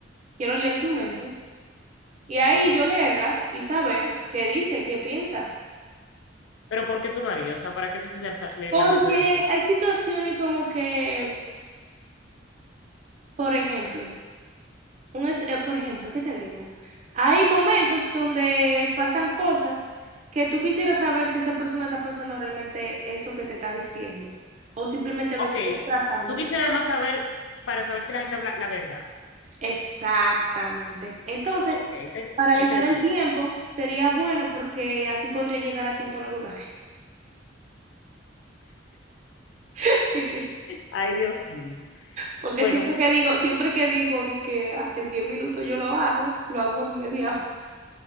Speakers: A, on the right; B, on the left.
A: quiero leer su mente. Y ahí
B: Ok.
A: yo leerla y saber qué dice, qué piensa.
B: Pero ¿por qué tú lo harías? O sea, ¿para qué tú quisieras sa- leer
A: Porque
B: la mente de las personas?
A: hay situaciones como que, por ejemplo, un es- eh, por ejemplo, ¿qué te digo? Hay momentos donde pasan cosas que tú quisieras saber si esa persona está pensando realmente eso que te está diciendo o simplemente
B: Ok.
A: lo está disfrazando.
B: Tú
A: Entonces,
B: quisieras más saber para saber si la gente habla la verdad.
A: exactamente. Entonces,
B: Ok, te,
A: paralizar
B: te interesa.
A: el tiempo sería bueno porque así podría llegar a tiempo a los lugares. <laughs>
B: Ay, Dios mío.
A: Porque
B: Bueno,
A: siempre que digo, siempre que digo de que ah, en 10 minutos yo lo hago, lo hago en media